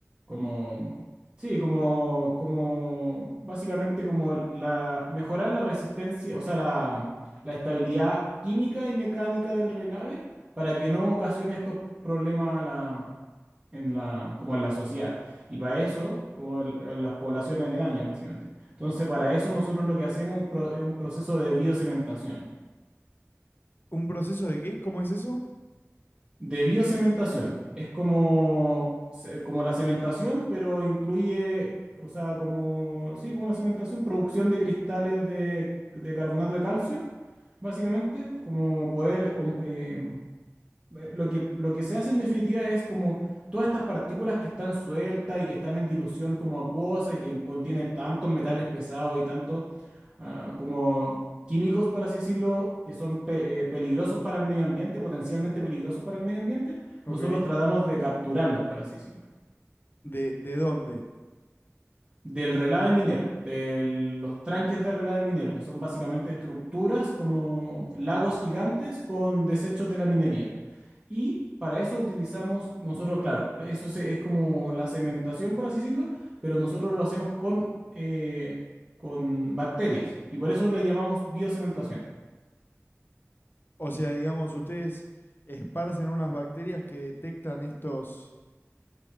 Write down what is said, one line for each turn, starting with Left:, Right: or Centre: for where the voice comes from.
Right: como, sí, como, como, básicamente como la, mejorar la resistencia, o sea, la, la estabilidad química y mecánica del relave para que no ocasione estos problemas a la en la, como en la sociedad. Y para eso, o el- en las poblaciones aledañas, básicamente. Entonces, para eso nosotros lo que hacemos un pro- es un proceso de biocementación.
Left: ¿Un proceso de qué? ¿Cómo es eso?
Right: De biocementación. Es como, se- como la cementación, pero incluye, o sea, como, sí, como la cementación, producción de cristales de, de carbonato de calcio, básicamente, como poder... hom- em, eh, lo que, lo que se hace en definitiva es como todas estas partículas que están sueltas y que están en dilución como acuosa y que contiene tantos metales pesados y tantos ah, como químicos, por así decirlo, que son pe- eh, peligrosos para el medio ambiente, potencialmente peligrosos para el medio ambiente,
Left: Ok.
Right: nosotros tratamos de capturarlos, por así decirlo.
Left: ¿De, de dónde?
Right: Del relave minero, de los tranques de relave minero, que son básicamente estructuras como lagos gigantes con desechos de la minería. Y para eso utilizamos nosotros, claro, la- eso se- es como la cementación, por así decirlo, pero nosotros lo hacemos con, eh, con bacterias. Y por eso le llamamos biocementación.
Left: O sea, digamos, ustedes esparcen unas bacterias que detectan estos,